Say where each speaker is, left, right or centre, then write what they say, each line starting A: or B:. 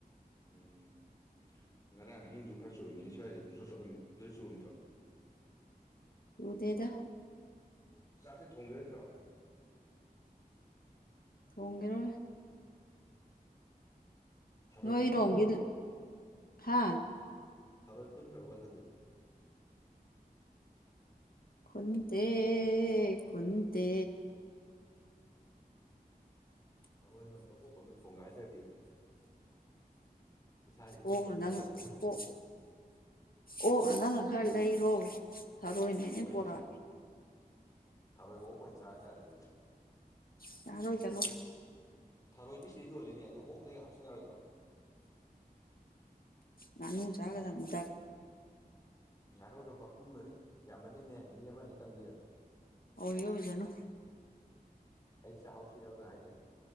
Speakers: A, on the left; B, on the left.
A: ꯎꯝ ꯉꯔꯥꯡ ꯑꯍꯤꯡꯁꯨ ꯈꯔ ꯆꯨꯔꯝꯃꯤꯅꯤ ꯁꯋꯥꯏꯁꯦ ꯄꯨꯆꯠ ꯆꯣꯠꯂꯝꯃꯤ ꯑꯗꯨꯏ ꯆꯨꯔꯝꯗ꯭ꯔꯣ
B: ꯎꯗꯇꯩꯗ
A: ꯁꯥ ꯊꯣꯡꯒꯦꯠꯇ ꯊ꯭ꯔꯥꯎ
B: ꯊꯣꯡꯒꯦꯔ
A: ꯊꯔꯣꯏ
B: ꯅꯣꯏꯔꯣꯝꯒꯤ
A: ꯈꯔ ꯈꯨꯟꯖꯕꯟꯗ
B: ꯍꯥ
A: ꯊꯔꯣꯏꯈꯟ ꯕꯕꯥꯟ ꯊꯦ
B: ꯈꯨꯟꯇꯦ ꯈꯨꯟꯇꯦ
A: ꯍꯔꯣꯏꯒ ꯑꯝꯇ ꯑꯣꯀꯝꯇ ꯊꯣꯡꯒꯥꯏꯗ꯭ꯔꯗꯤ ꯏꯁꯥꯁꯦ ꯏꯇꯦꯛ
B: ꯑꯣ
A: ꯇꯦꯛꯈꯠꯂꯨ
B: ꯅꯪ
A: ꯌꯥꯗ꯭ꯔꯦ
B: ꯑꯣ ꯑꯣ ꯅꯪꯅ ꯈꯔ ꯂꯩꯔꯣ ꯊꯥꯔꯣꯏ ꯑꯣꯏꯅꯅꯦꯍ
A: ꯍꯣꯏꯅꯦ
B: ꯄꯣꯔꯛꯑꯒꯦ
A: ꯊꯔꯣꯏꯒ ꯑꯩꯣꯏꯅ ꯆꯥ ꯌꯥꯔꯦ ꯑꯗꯨꯗꯤ
B: ꯆꯔꯣ ꯆꯂꯣ
A: ꯑꯦ ꯊꯔꯣꯏꯗꯤ ꯁꯤꯗ ꯌꯣꯜꯂꯤꯅꯤ ꯑꯗꯨꯣ ꯑꯣꯛꯂꯒ ꯍꯥꯞꯆꯤꯟ ꯌꯥꯔꯣꯏꯗ꯭ꯔꯣ
B: ꯅꯅꯨ ꯆꯥ ꯀꯗ ꯏꯗ
A: ꯉꯥꯅꯨꯗꯣ ꯃꯄꯨꯝ ꯍꯧꯖꯤꯛ ꯌꯥꯝꯃꯅꯤꯅꯦ ꯃꯤ ꯑꯃꯅꯤꯅꯤꯇꯪꯗꯤꯗ
B: ꯑꯣꯍ ꯍꯧꯖꯅ
A: ꯑꯩ ꯆꯥꯛꯍꯧꯁꯤꯗꯧꯅ ꯍꯥꯏꯁꯦ